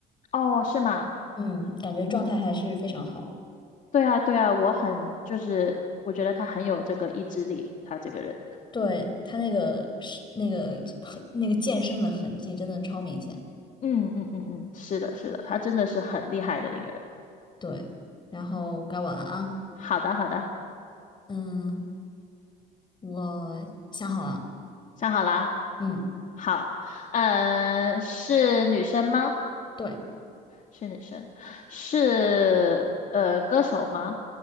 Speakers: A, on the left; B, on the left.
A: 哦，是吗？
B: 嗯，感觉状态还是非常好。
A: 嗯。对啊，对啊，我很就是我觉得他很有这个意志力，他这个人，
B: 对，他那个是那个 <laughs> 那个健身的痕迹真的超明显。
A: 嗯嗯嗯嗯，是的，是的，他真的是很厉害的一个人。
B: 对，然后该我了啊，
A: 好的，好的，
B: 嗯，我想好了，
A: 想好了啊，
B: 嗯，
A: 好，呃，是女生吗？
B: 对
A: 是女生，是呃歌手吗？